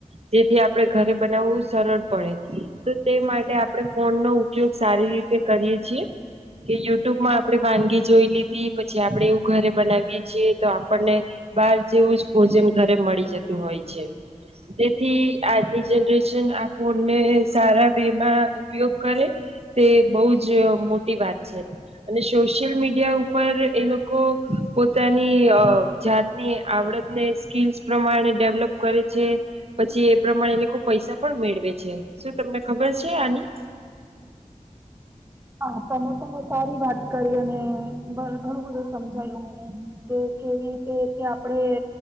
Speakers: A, on the right; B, on the right.
A: જેથી આપડે ઘરે બનાવવું સરળ પડે, તો તે માટે આપડે ફોન નો ઉપયોગ સારી રીતે કરીએ છીએ કે યુટ્યુબમાં આપડે વાનગી જોઈ લીધી પછી આપડે ઘરે બનાવીએ છીએ તો આપણને બહાર જેવુંજ ભોજન ઘરે મળી જતું હોય છે. તેથી આજની જનરેશન આ ફોનને સારા વેમાં ઉપયોગ કરે તે બોજ મોટી વાત છે અને સોશિયલ મીડિયા ઉપર એ લોકો પોત પોતાની જાતની આવડતને સ્કીલ્સ પ્રમાણે ડેવલપ કરે છે, પછી એ પ્રમાણે એ લોકો પૈસા પણ મેળવે છે, શું તમને ખબર છે, આની?
B: હા તમે તો બો સારી વાત કરી અને ઘણું બધું સમજાયું મને કે કેવી રીતે આપણેે